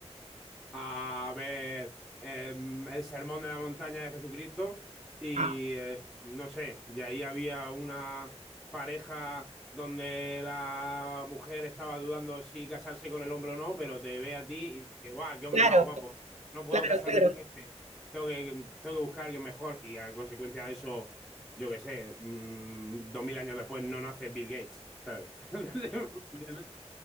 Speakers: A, in the centre; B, on the right (about 85°).
A: a ver em, el Sermón de la Montaña de Jesucristo y
B: ajá.
A: eh, no sé, y ahí había una pareja donde la mujer estaba dudando si casarse con el hombre o no, pero te ve a ti y dice, guau, qué hombre
B: claro,
A: más guapo, no puedo
B: claro,
A: casarme
B: claro,
A: con este, tengo que, tengo que buscar a alguien mejor y a consecuencia de eso, yo qué sé, mm, dos mil años después no nace Bill Gates, ¿sabes? <laughs>